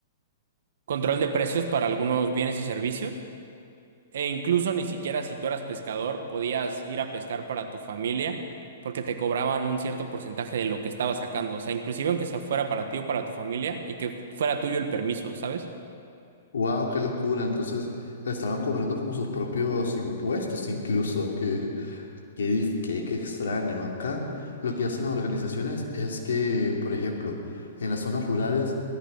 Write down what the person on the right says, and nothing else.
control de precios para algunos bienes y servicios, e incluso ni siquiera si tú eras pescador podías ir a pescar para tu familia porque te cobraban un cierto porcentaje de lo que estabas sacando, o sea, inclusive aunque sea fuera para ti o para tu familia y que fuera tuyo el permiso, ¿sabes?